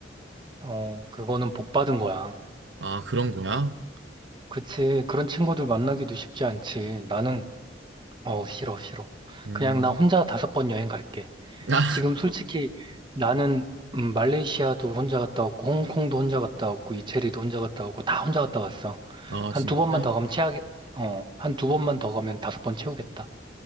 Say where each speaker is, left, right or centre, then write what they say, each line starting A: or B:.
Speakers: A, on the right; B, on the right.
A: 어, 그거는 복 받은 거야.
B: 아, 그런 거야?
A: 그치. 그런 친구들 만나기도 쉽지 않지. 나는, 어, 싫어, 싫어.
B: 음.
A: 그냥 나 혼자 다섯 번 여행 갈게.
B: <laughs>
A: 지금 솔직히 나는 음, 말레이시아도 혼자 갔다 왔고 홍콩도 혼자 갔다 왔고 이태리도 혼자 갔다 왔고 다 혼자 갔다 왔어.
B: 아,
A: 한
B: 진짜?
A: 두 번만 더 가면 채하겠 어, 한 두 번만 더 가면 다섯 번 채우겠다.